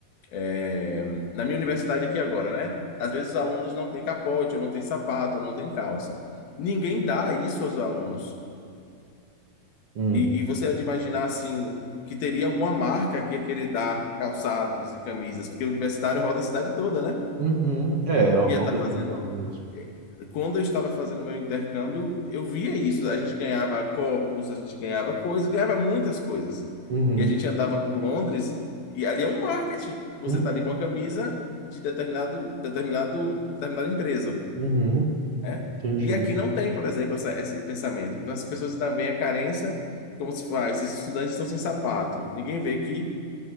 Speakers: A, on the left; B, on the right.
A: É, na minha universidade aqui agora, né? Às vezes os alunos não têm capote, ou não têm sapato, ou não têm calça. Ninguém dá isso aos alunos.
B: uhum,
A: E, e você é de imaginar assim que teria alguma marca que ia querer dar calçados e camisas, porque o universitário roda a cidade toda, né?
B: uhum. É, é uma
A: Ia
B: falta
A: estar
B: de
A: fazendo
B: visão mesmo.
A: quando eu estava fazendo meu intercâmbio, eu via isso. A gente ganhava copos, a gente ganhava coisas, ganhava muitas coisas.
B: Uhum,
A: E a gente andava por Londres e ali é um marketing. Você
B: uhum,
A: está ali com a camisa de determinado, determinado, determinada empresa,
B: uhum.
A: né?
B: Entendi,
A: E aqui não tem, por exemplo, essa- esse pensamento. Então as pessoas ainda veem a carência como se fosse, ah, esses estudantes estão sem sapato. Ninguém vê que